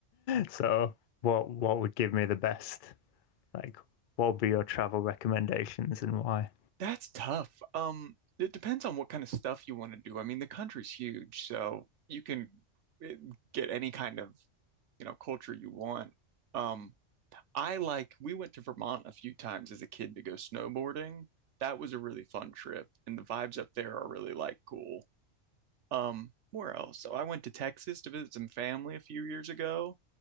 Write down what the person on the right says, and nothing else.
That's tough. Um, it depends on what kind of stuff you want to do. I mean, the country's huge, so you can eh, get any kind of, you know, culture you want. Um, I like, we went to Vermont a few times as a kid to go snowboarding. That was a really fun trip, and the vibes up there are really like cool. Um, where else? So I went to Texas to visit some family a few years ago.